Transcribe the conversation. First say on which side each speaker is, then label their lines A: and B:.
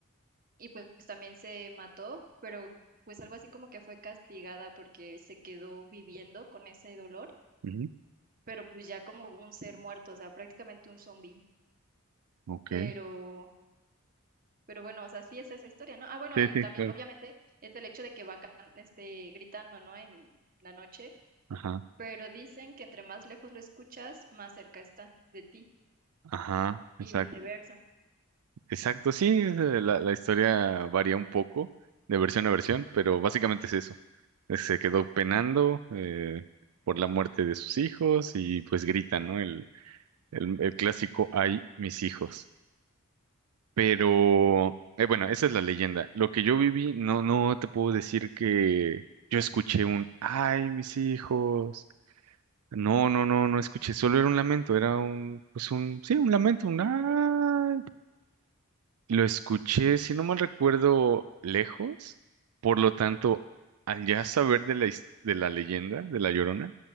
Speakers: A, on the right; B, on the right.
A: y pues también se mató, pero pues algo así como que fue castigada porque se quedó viviendo con ese dolor,
B: ujú,
A: pero pues ya como un ser muerto, o sea, prácticamente un zombie.
B: Ok.
A: Pero, pero bueno, o sea, sí es esa historia, ¿no? Ah, bueno,
B: Sí,
A: y
B: sí,
A: también
B: claro.
A: obviamente es el hecho de que va can- este, gritando, ¿no? En la noche,
B: Ajá,
A: pero dicen que entre más lejos lo escuchas, más cerca está de ti
B: ajá, exacto.
A: y viceversa.
B: Exacto, sí, es, eh, la, la historia varía un poco de versión a versión, pero básicamente es eso. Eh, Se quedó penando eh, por la muerte de sus hijos y pues grita, ¿no? El, el, el clásico, ay, mis hijos. Pero, eh, bueno, esa es la leyenda. Lo que yo viví, no, no te puedo decir que yo escuché un, ay, mis hijos. No, no, no, no escuché, solo era un lamento, era un, pues un, sí, un lamento, un,
A: Sí,
B: ay.
A: sí,
B: Lo escuché, si no mal recuerdo, lejos. Por lo tanto, al ya saber de la, his- de la leyenda de La Llorona,